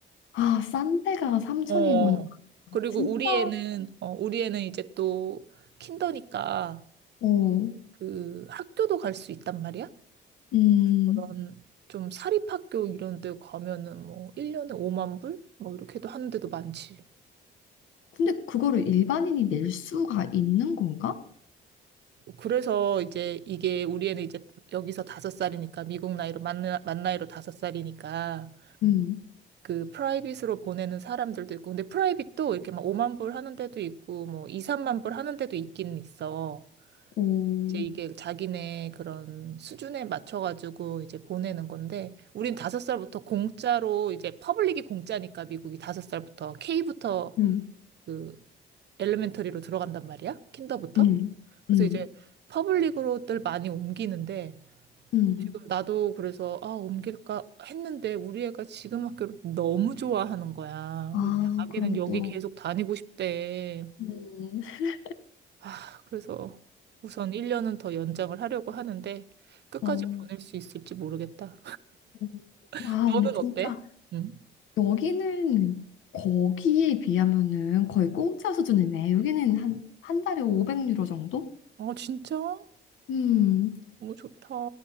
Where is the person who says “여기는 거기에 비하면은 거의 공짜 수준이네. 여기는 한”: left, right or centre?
Left